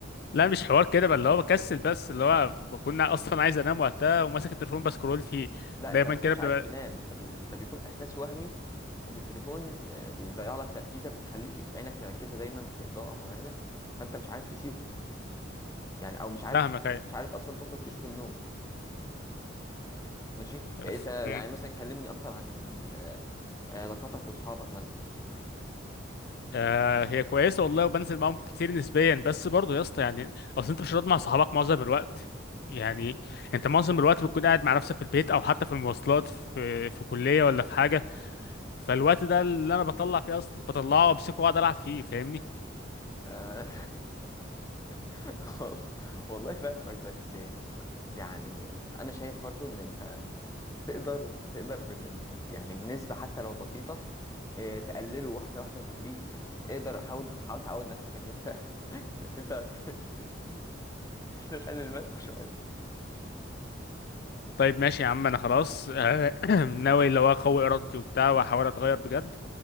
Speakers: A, on the left; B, on the left.
A: لا مش حوار كده بقى اللي هو بكسل بس اللي هو كنا اصلا عايز انام وقتها وماسك التليفون بسكرول فيه
B: لا
A: دايما
B: انت ما بتكونش
A: كده ببقى
B: عايز تنام انت بي... انت بيكون احساس وهمي ان التليفون آه، بيضيع لك تركيزك وبيخليك عينك مركزه دايما في اضاءه معينه فانت مش عارف تسيبه يعني او مش عارف
A: فاهمك
B: تش...
A: ايوه
B: مش عارف اصلا تخرج تشوف النور ماشي
A: أف-
B: يعني انت يعني
A: مم.
B: مثلا كلمني اكتر عن آه، علاقاتك واصحابك مثلا
A: آه هي كويسه والله وبنزل معاهم كتير نسبيا بس برضه يا اسطى يعني اصل انت مش هتقعد مع صحابك معظم الوقت يعني انت معظم الوقت بتكون قاعد مع نفسك في البيت او حتى في المواصلات في في كليه ولا في حاجه فالوقت ده اللي انا بطلع فيه اصلا بطلعه وامسكه واقعد العب فيه فاهمني
B: آه، <laughs> وال- والله فاهمك بس يعني انا شايف برضو ان انت تقدر تقدر بن- يعني بنسبة حتى لو بسيطة آه، تقلله واحدة واحدة تدريجي يعني اقدر حاول حاول تعود نفسك ان انت <laughs> انت <laughs> انت تقلل ماسكه شوية
A: طيب ماشي يا عم انا خلاص آه، <clears throat> ناوي اللي هو اقوي ارادتي وبتاع واحاول اتغير بجد